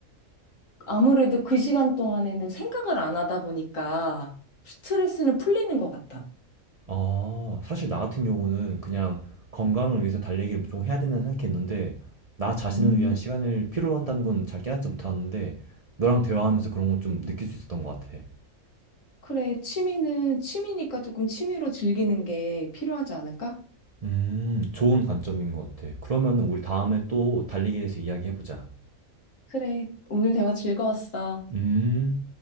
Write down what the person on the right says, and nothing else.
아, 사실 나 같은 경우는 그냥 건강을 위해서 달리기를 무조건 해야 된다는 생각했는데 나 자신을
위한 시간을 필요로 한다는 건 잘 깨닫지 못하는데 너랑 대화하면서 그런 거 좀 느낄 수 있었던 것 같아.
음, 좋은 관점인 것 같아. 그러면 우리 다음에 또 달리기에 대해서 이야기해보자.
음.